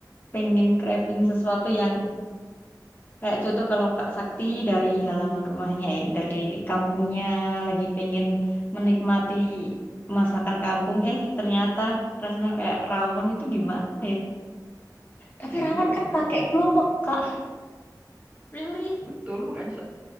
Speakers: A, on the left; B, on the right.
A: pengen craving sesuatu yang kayak contoh kalau Kak Sakti dari halaman rumahnya, ya, dari kampungnya lagi pengen menikmati masakan kampung, eh ternyata rasanya kayak rawon itu gimana ya? Tapi rawon
B: iya
A: kan
B: makanya
A: pakai kluwek,
B: aku
A: Kak. Really?
B: betul makanya sa-